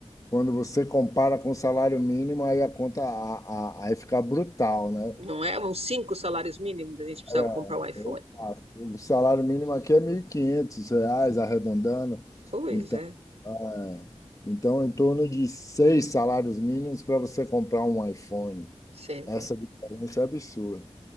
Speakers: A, on the left; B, on the right.
A: quando você compara com o salário mínimo, aí a conta a, a, aí fica brutal, né?
B: Não é uns cinco salários mínimos a gente precisa
A: Era,
B: comprar um iPhone.
A: opa, o salário mínimo aqui é 1.500 reais, arredondando.
B: Pois
A: Então,
B: é,
A: é, então, em torno de seis salários mínimos para você comprar um iPhone.
B: você vê.
A: Essa diferença é absurda.